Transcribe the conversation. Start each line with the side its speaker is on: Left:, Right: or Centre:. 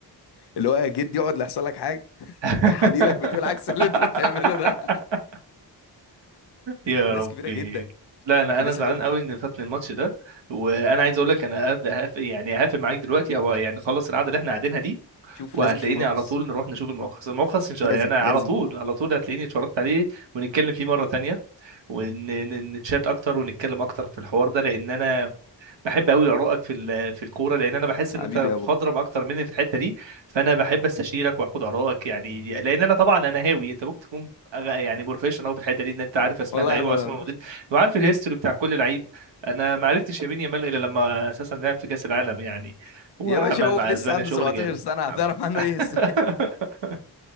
Left: اللي هو يا جد يقعد لا يحصل لك حاجه
Right: <laughs>
Left: تحاليلك بتقول عكس اللي انت بتعمله ده
Right: يا
Left: الناس
Right: ربي
Left: كبيره جدا
Right: لا انا
Left: الناس
Right: انا زعلان
Left: اللي جابت
Right: قوي ان فاتني الماتش ده وانا عايز اقول لك انا هقف- هقف- يعني هقفل معاك دلوقتي او يعني خلص القعده اللي احنا قاعدينها دي
Left: شوف
Right: وهتلاقيني
Left: لازم تشوف ملخص
Right: على طول نروح نشوف الملخص الملخص ان شاء الله
Left: لازم
Right: يعني على
Left: لازم
Right: طول على طول هتلاقيني اتفرجت عليه ونتكلم فيه مره تانية ونتشات اكتر ونتكلم اكتر في الحوار ده لان انا بحب قوي ارائك في ال- في الكوره لان انا بحس ان
Left: حبيبي
Right: انت
Left: يا
Right: مخضرم
Left: بابا
Right: اكتر مني في الحته دي فانا بحب استشيرك واخد ارائك يعني لان انا طبعا انا هاوي انت ممكن تكون أغ- يعني بروفيشنال أوي في الحته دي ان انت عارف اسماء
Left: والله
Right: اللعيبه
Left: يا عم
Right: واسماء
Left: اروح
Right: المدرب وعارف الهيستوري بتاع كل لعيب انا ما عرفتش يمين يامال الا لما اساسا لعب في كاس العالم يعني وعمل
Left: يا باشا هو
Right: مع
Left: لسه
Right: اسبانيا
Left: عنده
Right: شغل
Left: 17
Right: جامد
Left: سنه هتعرف عنه
Right: <laughs>
Left: ايه الس-